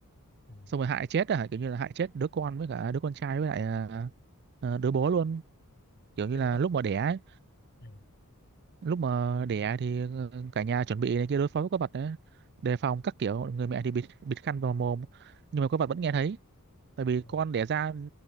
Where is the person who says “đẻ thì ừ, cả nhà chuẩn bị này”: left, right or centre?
Right